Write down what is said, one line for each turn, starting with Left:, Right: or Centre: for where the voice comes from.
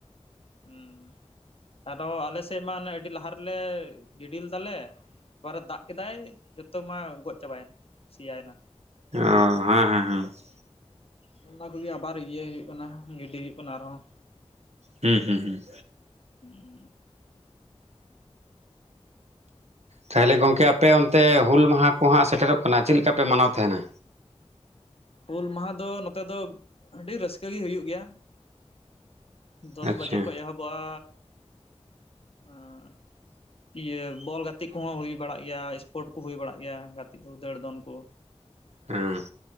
Left: ᱦᱩᱸ ᱟᱫᱚ ᱟᱞᱮ ᱥᱮᱫ ᱢᱟ ᱟᱹᱰᱤ ᱞᱟᱦᱟ ᱨᱮᱞᱮ ᱜᱤᱰᱤ ᱞᱮᱫᱟᱞᱮ ᱟᱵᱟᱨᱮ ᱫᱟᱜ ᱠᱮᱫᱟᱭ ᱦᱤᱛᱚ ᱢᱟ ᱜᱚᱡ ᱪᱟᱵᱟᱭᱮᱱ ᱥᱮᱭᱟᱭᱱᱟ ᱾
Right: ᱚ ᱦᱮᱸ ᱦᱮᱸ ᱦᱮᱸ ᱾
Left: ᱦᱚ ᱚᱱᱟ ᱠᱚᱜᱮ ᱟᱵᱟᱨ ᱤᱭᱟᱹ ᱦᱩᱭᱩᱜ ᱠᱟᱱᱟ ᱜᱤᱰᱤ ᱦᱩᱭᱩᱜ ᱠᱟᱱᱟ ᱟᱨᱦᱚ ᱾
Right: ᱦᱩᱸ ᱦᱩᱸ ᱦᱩᱸ
Left: ᱦᱩᱸ <unintelligible>
Right: ᱛᱟᱦᱚᱞᱮ ᱜᱚᱝᱠᱮ ᱟᱯᱮ ᱚᱱᱛᱮ ᱦᱩᱞ ᱢᱟᱦᱟ ᱠᱚ ᱦᱟᱸᱜ ᱥᱮᱴᱮᱨᱚᱜ ᱠᱟᱱᱟ ᱪᱮᱫ ᱞᱮᱠᱟ ᱯᱮ ᱢᱟᱱᱟᱣ ᱛᱟᱦᱮᱱᱟ?
Left: ᱦᱩᱞ ᱢᱟᱦᱟ ᱫᱚ ᱱᱚᱛᱮ ᱫᱚ ᱟᱹᱰᱤ ᱨᱟᱹᱥᱠᱟᱹ ᱜᱮ ᱦᱩᱭᱩᱜ ᱜᱮᱭᱟ᱾ ᱫᱚᱥ
Right: ᱟᱪᱪᱷᱟ
Left: ᱵᱟᱡᱮ ᱠᱷᱚᱡ ᱮᱦᱚᱵᱚᱜᱼᱟ᱾ ᱟᱸ ᱤᱭᱟᱹ ᱵᱚᱞ ᱜᱟᱛᱮ ᱠᱚᱦᱚᱸ ᱦᱩᱭ ᱵᱟᱲᱟᱜ ᱜᱮᱭᱟ, ᱥᱯᱳᱨᱴ ᱠᱚ ᱦᱩᱭ ᱵᱟᱲᱟᱜ ᱜᱮᱭᱟ, ᱜᱟᱛᱮ ᱠᱚ ᱫᱟᱹᱲ ᱫᱚᱱ ᱠᱚ᱾
Right: ᱦᱩᱸ᱾